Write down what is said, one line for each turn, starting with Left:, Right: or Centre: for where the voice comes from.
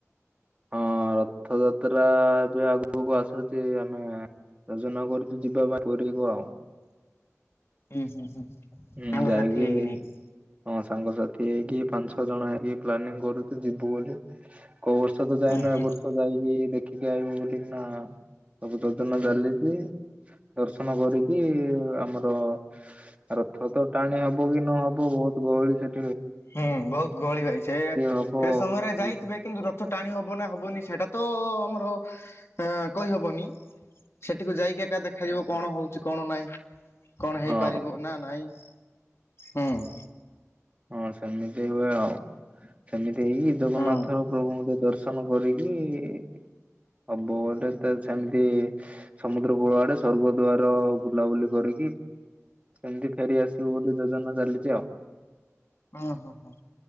Right: ହଁ ରଥଯାତ୍ରା ବି ଆଗୁକୁ ଆସୁଚି ଆମେ ଯୋଜନା କରିଚୁ ଯିବା ପାଇଁ ପୁରୀକୁ ଆଉ।
Left: ଉଁ ହୁଁ ହୁଁ।
Right: ହୁଁ
Left: ସାଙ୍ଗସାଥି
Right: ଯାଇକି
Left: ହେଇକି ନେଇକି।
Right: ହଁ ସାଙ୍ଗସାଥି ହେଇକି ପାଞ୍ଚ ଛଅ ଜଣ ହେଇକି ପ୍ଲାନିଂ କରୁଚୁ ଯିବୁ ବୋଲି। କୋଉ ବର୍ଷ ତ ଯାଇନୁ
Left: ହୁଁ ହୁଁ।
Right: ଏ ବର୍ଷ ଯାଇକି ଦେଖିକି ଆଇିବୁ ବୁଲିକିନା। ସବୁ ଯୋଜନା ଚାଲିଚି ଦର୍ଶନ କରିକି ଆମର ରଥ ତ ଟାଣି ହବ କି ନହବ ବୋହୁତ ଗହଳି ସେ
Left: ହୁଁ ବହୁତ ଗହଳି ଭାଇ ସେ
Right: ହବ
Left: ସେ ସମୟରେ ଯାଇଥିବେ
Right: ହୁଁ
Left: କିନ୍ତୁ ରଥ ଟାଣି ହବ ନା ହବନି ସେଟା ତ ଆମର ଅ କହିବନି ସେଠିକୁ ଯାଇକି ଏକା ଦେଖାଯି କଣ ହଉଚି କଣ ନାଇଁ କଣ
Right: ହଁ
Left: ହେଇପାରିବ ନାଁ ନାଇଁ। ହଁ।
Right: ହଁ ସେମିତି ହୁଏ ଆଉ। ସେମିତି ହେଇକି ଜଗନ୍ନାଥ
Left: ହଁ।
Right: ପ୍ରଭୁଙ୍କୁ ଟିଏ ଦର୍ ଶନ କରିକି ହବ ବଟେ ତ ଛେମିତି ସମୁଦ୍ର କୂଳ ଆଡ଼େ ସ୍ୱର୍ଗଦ୍ଵାର ବୁଲାବୁଲି କରିକି କି ସେମତି ଫେରି ଆସିବୁ ବୋଲି ଯୋଜନା ଚାଲିଚି ଆଉ।
Left: ହଁ ହଁ ହଁ।